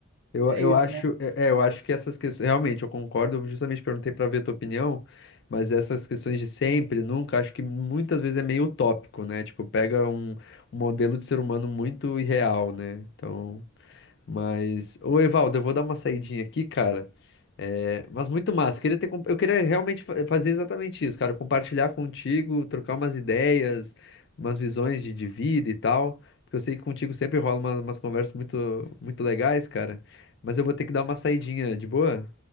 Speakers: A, on the left (about 60°); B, on the right (about 75°).
A: Eu,
B: é
A: eu
B: isso,
A: acho,
B: né?
A: é, é, eu acho que essas questões, realmente, eu concordo, eu justamente perguntei para ver a tua opinião, mas essas questões de sempre, nunca, acho que muitas vezes é meio utópico, né? Tipo, pega um, um modelo de ser humano muito irreal, né? Então. Mas, ô Evaldo, eu vou dar uma saidinha aqui, cara. É, mas muito massa. Eu queria ter, com- eu queria realmente fa- fazer exatamente isso, cara. Compartilhar contigo, trocar umas ideias, umas visões de, de vida e tal. Porque eu sei que contigo sempre rola uma- umas conversas muito, muito legais, cara. Mas eu vou ter que dar uma saidinha, de boa?